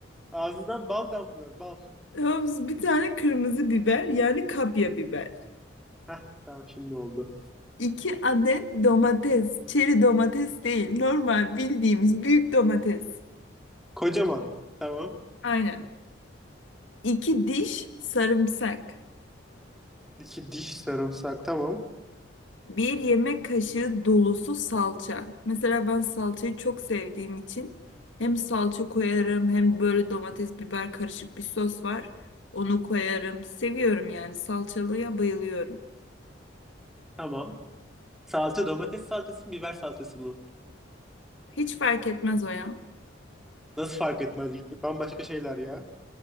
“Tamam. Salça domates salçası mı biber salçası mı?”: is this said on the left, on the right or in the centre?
Centre